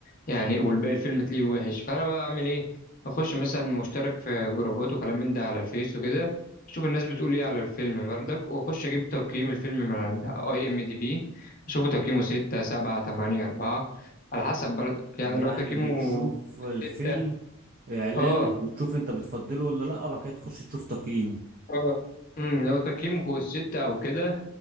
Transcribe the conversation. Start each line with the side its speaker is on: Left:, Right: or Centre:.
Left: يعني والباقي الفيلم تلاقيه وحش فانا بقى اعمل ايه اخش مثلا مشترك في جروبات وكلام من ده على الفيس وكده اشوف الناس بتقول ايه على الفيلم بردك واخش اجيب تقييم الفيلم من اي ام دي بي اشوفه تقييمه 6 7 8 4 على حسب بردك يعني
Right: يعني
Left: لو تقييمه
Right: بتشوف الفيلم
Left: 6
Right: اعلانه
Left: اه
Right: وتشوف انت بتفضله ولا لا وبعد كده تخش تشوف تقييمه
Left: اه امم لو تقييمه فوق الستة او كده